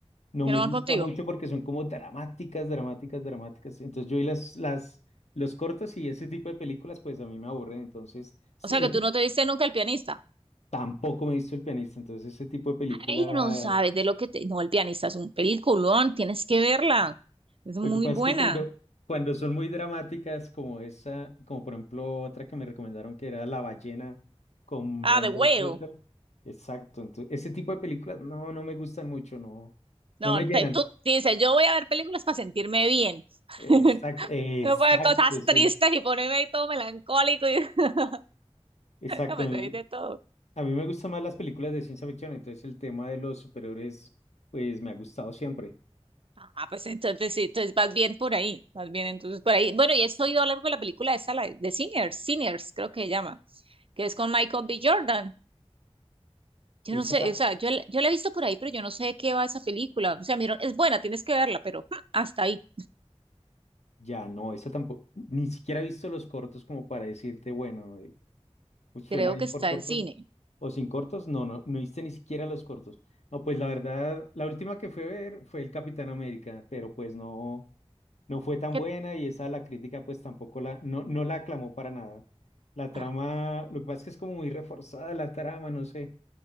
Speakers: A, on the left; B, on the right.
A: no
B: Que
A: me
B: no van
A: gusta
B: contigo.
A: mucho porque son como dramáticas, dramáticas, dramáticas. Entonces yo vi las, las, los cortos y ese tipo de películas pues a mí me aburren, entonces se-
B: O sea que
A: eh,
B: tú no te viste nunca el pianista.
A: tampoco me he visto El Pianista, entonces ese tipo de película
B: Ay, no sabes de lo que te... No, El pianista es un peliculón, tienes que verla. Es muy
A: Lo que pasa
B: buena.
A: es que cuando, cuando son muy dramáticas, como esa, como por ejemplo otra que me recomendaron que era La ballena con
B: Ah,
A: Brendan
B: The Whale.
A: Fraser. Exacto. Entonces, ese tipo de películas no, no me gustan mucho, no,
B: No,
A: no me llenan.
B: te- tú dices, yo voy a ver películas para sentirme bien.
A: Exacto,
B: <laughs>
A: exacto,
B: No puedo ver cosas
A: sí.
B: tristes y ponerme ahí todo melancólico y <laughs>
A: Exacto.
B: no, pues
A: y
B: ahí de todo.
A: A mí me gustan más las películas de ciencia ficción, entonces el tema de los superhéroes, pues me ha gustado siempre.
B: Ah, pues entonces sí, entonces vas bien por ahí, vas bien entonces por ahí. Bueno, y he oído hablar de la película esa, la de Sinners, Sinners, creo que se llama, que es con Michael B. Jordan. Yo
A: Esa
B: no sé,
A: ta-
B: o sea, yo, la- yo la he visto por ahí, pero yo no sé de qué va esa película. O sea, mira, es buena, tienes que verla, pero ah, hasta ahí.
A: ya no, esa tampoco, ni siquiera he visto los cortos como para decirte, bueno, Pues suena
B: Creo
A: bien
B: que está
A: por cortos.
B: en cine.
A: O sin cortos, no, no, no viste ni siquiera los cortos. No, pues la verdad, la última que fue a ver fue el Capitán América, pero pues no, no fue tan
B: ¿Qué?
A: buena y esa la crítica pues tampoco la, no, no la aclamó para nada. La trama,
B: Ah,
A: lo que pasa es que es como muy reforzada la trama, no sé.